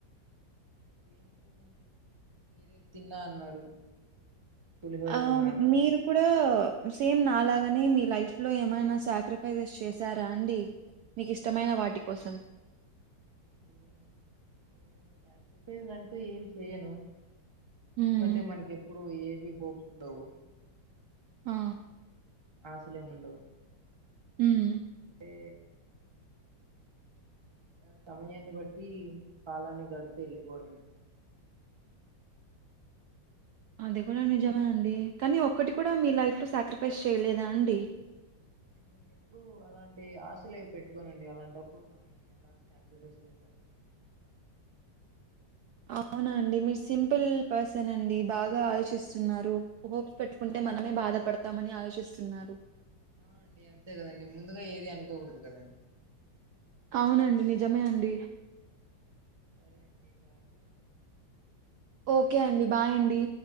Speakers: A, on the right; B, on the right.
A: ఏం లేదండి మీరే తిన్నా అన్నారు పులిహోర
B: ఆ
A: తిన్నా అన్నారు
B: మీరు కూడా సేమ్ నాలాగనె మీ లైఫ్ లో ఏమైనా సాక్రిఫైసెస్ చేసారా అండి మీకు ఇష్టమైన వాటి కోసం
A: నేను నేను సాటిఫైజ్ అంటూ ఏం చేయను ఎందుకంటే
B: ఉమ్
A: మనకిప్పుడు ఏవి హోప్స్ ఉండవు
B: ఆ
A: ఆశలేము ఉండవు
B: హ్మ్.
A: అంటే అ సమయాన్ని బట్టి కాలాన్ని గడుపుతు వెళ్ళిపోవడమె
B: అది కూడా నిజమే
A: ఎలా
B: అండి కానీ ఒక్కటి కూడా మీ లైఫ్ లో సాక్రిఫైస్ చేయలేదా అండి
A: నేను ఎప్పుడు అలాంటి ఆశలే పెట్టుకోనండి అలాంటప్పుడు మనం ఆ సాగ్రిఫేస్ బెస్ట్ అండీ
B: అవునా అండి మీరు సింపుల్ పర్సన్ అండి బాగా ఆలోచిస్తున్నారు హోప్స్ పెట్టుకుంటే మనమే బాధపడతామని ఆలోచిస్తున్నారు
A: ఆ అండి అంతే కదండి ముందుగా ఏది అనుకోకూడదు కదండి
B: అవునండి నిజమే అండి
A: సరే అండి బాయ్
B: ఓకే అండి బాయ్ అండి